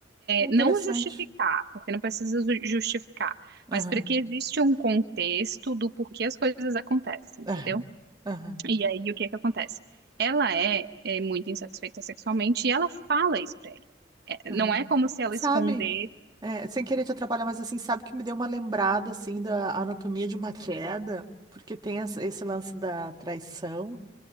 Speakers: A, on the right (about 25°); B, on the right (about 60°).
A: É interessante.
B: não justificar, porque não precisa ju- justificar, mas
A: Aham,
B: para que existe um contexto do porquê as coisas acontecem, entendeu?
A: aham, aham,
B: E aí, o que é que acontece? Ela é, é, muito insatisfeita sexualmente e ela fala isso pra ele. É,
A: aham.
B: não é como se ela
A: Sabe,
B: esconder.
A: é, sem querer te atrapalhar, mas assim, sabe que me deu uma lembrada assim da anatomia de uma queda, porque tem essa- esse lance da traição.